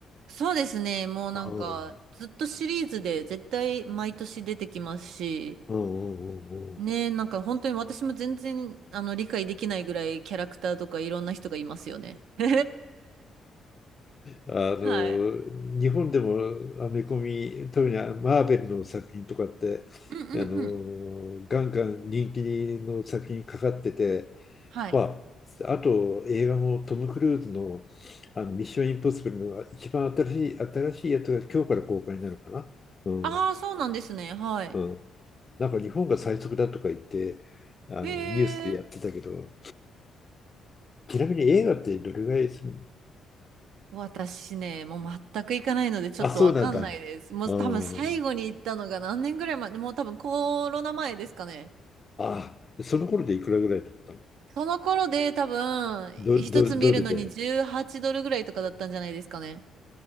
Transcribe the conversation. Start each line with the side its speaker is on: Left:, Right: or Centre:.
Right: そうですね。もうなんか、
Left: うん、
Right: ずっとシリーズで絶対毎年出てきますし、
Left: うん、うん、うん。うん
Right: ね、なんか本当に私も全然、あの、理解できないぐらいキャラクターとかいろんな人がいますよね。<laughs>
Left: あの、
Right: はい。
Left: 日本でもアメコミ、特にマーベルの作品とかって、
Right: うんうんうん。
Left: あの、ガンガン人気の作品かかってて、
Right: はい。
Left: まあ、あと映画もトム・クルーズの、あのミッション・インポッシブルの一番新しい、新しいやつが今日から公開になるかな。うん、
Right: ああ、そうなんですね。はい。
Left: うんなんか日本が最速だとか言って、あのニュースでやってたけど、
Right: へえ。
Left: ちなみに映画ってどれぐらいするの
Right: 私ね、もう全く行かないのでちょっとわかんないです。
Left: あ、そうなんだ。
Right: もう多分最後に行ったのが何年ぐらい前、
Left: うん。
Right: もう多分コロナ前ですかね。
Left: あ、その頃でいくらぐらいだったの
Right: その頃で多分一つ見るのに18ドルぐらいとかだったんじゃないですかね。
Left: ど、ど、ドルで。